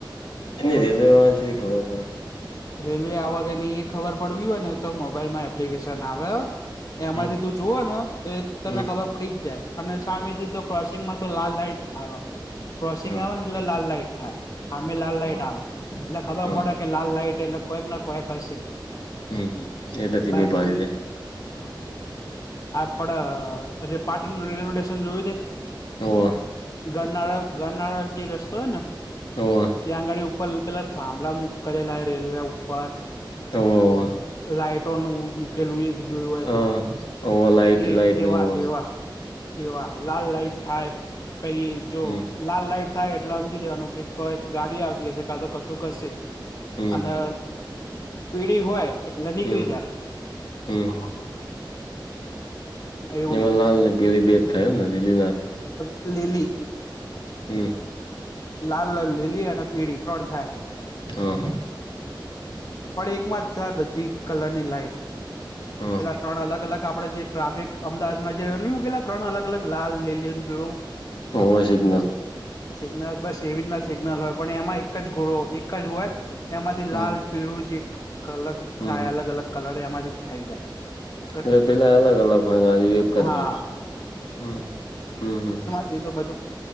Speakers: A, on the left; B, on the left.
A: રેલવેમાં થીય ખબર પડે
B: રેલવે આવા કે ની એ ખબર પડવી હોય ને તો મોબાઈલમાં એપ્લિકેશન આવે એમાંથી
A: હમ
B: તું જુવે ને તો એ તને
A: હમ.
B: ખબર ઉપડી જ જાય અને સામેથી તો ક્રોસિંગમાં તો લાલ લાાઈટ આવે ક્રોસિંગ
A: હમ
B: આવે ને એટલે લાલ લાઈટ થાય સામે લાલ લાઈટ
A: હમ
B: આવે એટલે ખબર
A: હમ
B: પડે કે લાલ લાઈટ એટલે કોઈક ને કોઈક હશે
A: હમ્મ એટલે ધીમે
B: બાકી
A: ભારી લે
B: આપડ પાટણ રેલવે જોયું તે
A: હોવે
B: ગરનાળા ગરનાળા જે રસ્તો હેને
A: હોવે.
B: ત્યાં આ ગાડી ઉપર પેલા થાંભળક કરેલા રેલવે ઉપર
A: હોવે હોવે
B: લાાઈટોનું મૂકેલું એ જ જોયું હોય
A: હા
B: તો
A: હોવે લાઈટ
B: એ
A: લાઈટ નું
B: એવા
A: હોવે
B: એવા એવા લાલ લાઈટ થાય પહી જો
A: હમ
B: લાલ લાઈટ થાય એટલે સમજી લેવાનું કે કઈક ગાડી આવતી હશે કા તો કશુંક હશે
A: હમ
B: અને
A: હમ.
B: પીળી હોય નીકળી
A: હમ્મ
B: જાય
A: હમ્મ હમ્મ
B: એવું
A: એમાં
B: છે
A: લાલને પેલી બે જ થાય હને લીલી ના થાય
B: લિલી
A: હમ્મ
B: લાલ લલ લીલી અને પીળી ત્રણ થાય
A: હા
B: પણ એકમાં જ જાય બધી કલરની લાઈટ
A: હા.
B: પેલા ત્રણ અલગ અલગ આપડે જે ટ્રાફિક અમદાવાદમાં જે મૂકેલા ત્રણ અલગ અલગ લાલ લીલું ને પીળું
A: હોવે સિગ્નલ
B: સિગ્નલ બસ એવી જ સિગ્નલ હોય પણ એમાં એક જ ગોળો એક જ હોય એમાંથી
A: હમ
B: લાલ પીળું જે કલગ
A: હમ.
B: અલગ અલગ કલર એમાંથી થઇ જાય
A: એટલે પેલા અલગ અલગ હોય આયરુ એક જ
B: હા
A: હોય હમ્મ હમ્મ
B: એ તો બધું